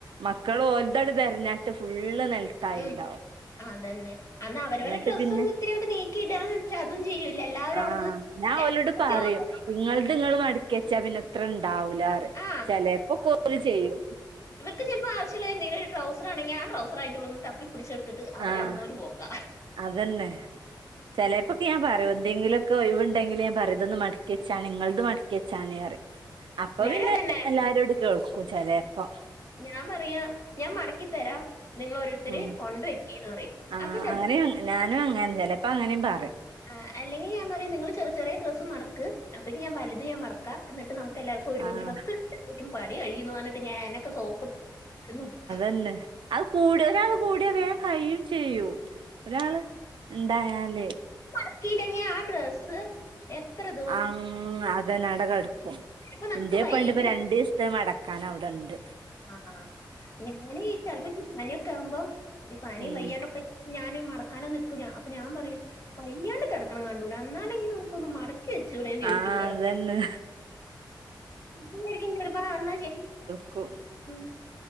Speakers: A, on the right; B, on the left.
A: മക്കള് ഓൽദ് ട്ട് തെര് ഞ്ഞാണ്ട് ഫുള്ള് നെൽത്തായിണ്ടാവും.
B: ഉം അതന്നെ അന്ന് അവരവരെ
A: ന്നട്ട്
B: ഡ്രസ്
A: പിന്നെ
B: ഒന്നു ഇത്തിരിയങ്ങട്ട് നീക്കിടാൻ ചേ അതും ചെയ്യൂല്ല എല്ലാവരും
A: ആഹ്
B: അവ്ട്ന്ന്
A: ഞാൻ
B: <unintelligible>
A: ഓലോട് പറയും ഇങ്ങൾത് ങ്ങള് മടക്കിയെച്ചാ പിന്നെത്ര ഇണ്ടാവൂലാറി
B: ആ
A: ചെലേപ്പോ കോല് ചെയ്യും
B: ഇവര്ക്ക് ചെൽപ്പോ ആവശ്യല്ല എന്തെങ്കിലും ഒരു ട്രൗസർ ആണെങ്കി ആ ട്രൗസർ അയ്ൻ്റെള്ളുന്ന് ത ത് പിടിച്ചെടുത്തിട്ട് അവരവ്ട്ന്നൊരു
A: ആഹ്
B: പോക്കാ
A: അതന്നെ ചെലേപ്പൊക്കെ ഞാ പറയും എന്തെങ്കിലും നിക്ക് ഒഴിവുണ്ടെങ്കിൽ പർദ്ദ ഒന്ന് മടക്കി വെച്ചാണി ഇങ്ങടെ മടക്കി വെച്ചാണിന്ന് പറഞ്ഞു. അപ്പൊ
B: ഞാനും
A: പിന്നെ
B: അതന്നെ
A: എല്ലാരോട് കേൾക്കും ചെലേപ്പോ.
B: ഞാൻ പറയാ ഞാൻ മടക്കിത്തരാം നിങ്ങൾ ഓരോരുത്തര്
A: ഉം
B: കൊണ്ട് വെക്കിന്ന് പറയും
A: ആഹ്
B: അപ്പൊ ചെർക്കാ
A: അങ്ങനെ ഞാനും അങ്ങനെ ചിലപ്പോ അങ്ങനെയും പറയും.
B: ആഹ് അല്ലെങ്കിൽ ഞാൻ പറയും നിങ്ങള് ചെറു ചെറിയ ഡ്രസ്സ്‌ മടക്ക് അപ്പോഴത്തേക്ക് ഞാൻ വലുത് ഞാൻ മട ക്കാ എന്നിട്ട് നമുക്ക് എല്ലാവർക്കും ഒരുമിച്ച്
A: ആഹ്
B: പത്ത് മിനിറ്റ് എടുക്കുമ്പഴത്തേക്ക് പണി കഴിയും എന്നുപറഞ്ഞു. ഞാനോക്കെ സോപ്പിട്ട് ഇവിടെ നിർത്തൂ.
A: ഇന്ന് അത് കൂടുതലാ കൂടിയ വേഗം കഴിയും ചെയ്യും, ഒരാള് ഉണ്ടായാലെ.
B: മടക്കി ഇല്ലെങ്കിൽ ആഹ് ഡ്രസ്സ്. എത്ര ഇത്
A: അങ്ങ് അതെന്നെ അവടെ കിടക്കും,
B: ഇപ്പൊ നമുക്ക്
A: എന്റെ
B: വയ്യെങ്കിൽ
A: ഇപ്പൊയുണ്ട് രണ്ട് ചു ഇത് മടക്കാൻ അവിടെയുണ്ട്.
B: ആഹ് ഞാന് ചിലപ്പോ പനിയൊക്കെ ആവുമ്പോ ഈ പനി
A: ഉം
B: വയ്യാണ്ടൊക്കെ. ഞാന് മടക്കാനോന്നും നിക്കൂല, അപ്പൊ ഞാൻ പറയും വയ്യാണ്ട് കിടക്കണേ കണ്ടൂടെ എന്നാലല്ലെങ്കിൽ നിങ്ങൾക്കൊന്ന് മട ക്കി വെച്ചൂടെന്ന് ചോദിക്കും
A: ആഹ്
B: ഇവരോടൊക്കെ.
A: അതന്നെ
B: പിന്നെ ആയിരിക്കും ചിലപ്പോ അമ്മ ചെല്ലും.
A: ക്കു
B: ഉം